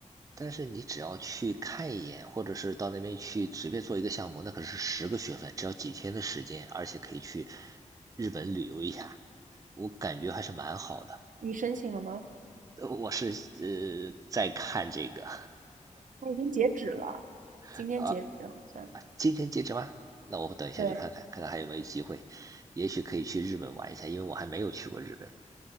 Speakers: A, on the right (about 25°); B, on the right (about 80°).
A: 但是你只要去看一眼，或者是到那边去随便做一个项目，那可是十个学分，只要几天的时间，而且可以去日本旅游一下，我感觉还是蛮好的。
B: 你申请了吗？
A: 呃我是呃在看这个，
B: 他已经截止了，
A: <laughs>
B: 今天截止好像。
A: 啊今天截止吗？那我等一下去看看，
B: 对，
A: 看看还有没有机会，也许可以去日本玩一下，因为我还没有去过日本。